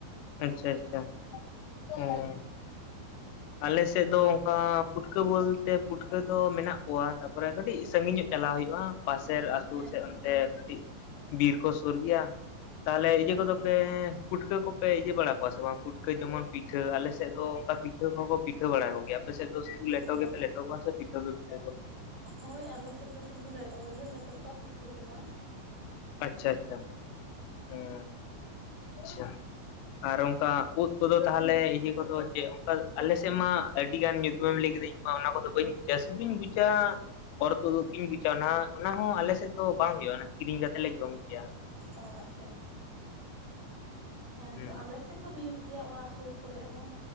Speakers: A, on the left (about 85°); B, on the right (about 50°).
A: ᱟᱪᱪᱷᱟ ᱟᱪᱪᱷᱟ ᱚᱸ ᱟᱞᱮᱥᱮᱫ ᱫᱚ ᱚᱱᱠᱟ ᱯᱩᱴᱠᱟᱹ ᱵᱚᱞᱛᱮ ᱯᱩᱴᱠᱟᱹ ᱫᱚ ᱢᱮᱱᱟᱜ ᱠᱚᱣᱟ ᱛᱟᱯᱚᱨᱮ ᱠᱟᱹᱴᱤᱡ ᱥᱟᱸᱹᱜᱤᱧ ᱧᱚᱜ ᱪᱟᱞᱟᱣ ᱦᱩᱭᱩᱜᱼᱟ ᱯᱟᱥᱮᱨ ᱟᱹᱛᱩ
B: ᱦᱮᱸ
A: ᱛᱮ
B: ᱦᱮᱸ
A: ᱚᱱᱛᱮ ᱠᱟᱹᱴᱤᱡ ‌ᱠᱟᱹᱴᱤᱡ ᱵᱤᱨ ᱠᱚ ᱥᱩᱨ ᱜᱮᱭᱟ ᱛᱟᱦᱚᱞᱮ
B: ᱦᱮᱸ
A: ᱤᱭᱟᱹ ᱠᱚᱫᱚ
B: ᱦᱮᱸ
A: ᱯᱮ ᱯᱩᱴᱠᱟᱹ ᱠᱚᱯᱮ ᱤᱭᱟᱹ ᱵᱟᱲᱟ ᱠᱚᱣᱟ ᱥᱮ ᱵᱟᱝ ᱯᱩᱴᱠᱟᱹ ᱡᱮᱢᱚᱱ ᱯᱤᱴᱷᱟᱹ ᱟᱞᱮ ᱥᱮᱫ ᱫᱚ ᱚᱱᱠᱟ ᱯᱤᱴᱷᱟᱹ ᱠᱚᱦᱚᱸ ᱠᱚ ᱯᱤᱴᱷᱟᱹ ᱵᱟᱲᱟ ᱠᱚᱜᱮᱭᱟ ᱟᱯᱮᱥᱮᱫ ᱫᱚ ᱞᱮᱴᱚ
B: ᱦᱮᱸ
A: ᱜᱮᱯᱮ ᱞᱮᱴᱚ ᱠᱚᱭᱟ ᱥᱮ ᱯᱤᱴᱷᱟᱹ ᱫᱚ ᱯᱤᱴᱷᱟᱹ ᱠᱚᱭᱟ
B: ᱦᱳᱭ ᱟᱞᱮ ᱥᱮᱫ ᱫᱚ ᱥᱩᱫᱷᱩ ᱞᱮᱴᱚ ᱜᱮᱞᱮ ᱞᱮᱴᱚ ᱠᱚᱣᱟ ᱯᱤᱴᱷᱟᱹ ᱫᱚ ᱵᱟᱝ
A: ᱟᱪᱪᱷᱟ ᱟᱪᱪᱷᱟ ᱦᱮᱸ
B: ᱦᱩᱸ
A: ᱟᱪᱪᱷᱟ ᱟᱨ ᱚᱱᱠᱟ ᱩᱫ ᱠᱚᱫᱚ ᱛᱟᱦᱚᱞᱮ ᱤᱭᱟᱹ ᱠᱚᱫᱚ ᱪᱮᱫ ᱚᱱᱠᱟ ᱟᱞᱮ ᱥᱮᱫ ᱢᱟ ᱟᱹᱰᱤᱜᱟᱱ ᱧᱩᱛᱩᱢᱮᱢ ᱞᱟᱹᱭ ᱠᱮᱫᱟ ᱚᱱᱟ ᱠᱚᱫᱚ ᱵᱟᱹᱧ ᱵᱩᱡᱟ ᱥᱩᱫᱩᱧ ᱵᱩᱡᱟ ᱚᱨ ᱛᱩᱫᱩᱜ ᱩᱫ ᱠᱚᱧ ᱵᱩᱡᱟ ᱚᱱᱟ ᱚᱱᱟ ᱦᱚᱸ ᱟᱞᱮ ᱥᱮᱫ ᱫᱚ ᱵᱟᱝ ᱦᱩᱭᱩᱜᱼᱟ ᱚᱱᱟ ᱠᱤᱨᱤᱧ ᱠᱟᱛᱮᱜ ᱞᱮ ᱡᱚᱢ ᱜᱮᱭᱟ
B: ᱚ ᱟᱪᱪᱷᱟ ᱟᱪᱪᱷᱟ ᱦᱮᱸ
A: ᱦᱩᱸ
B: ᱛᱚ ᱟᱞᱮᱥᱮᱫ ᱫᱚ ᱦᱩᱭᱩᱜ ᱜᱮᱭᱟ ᱚᱲᱟᱜ ᱥᱩᱨ ᱠᱚᱨᱮ ᱦᱚᱸ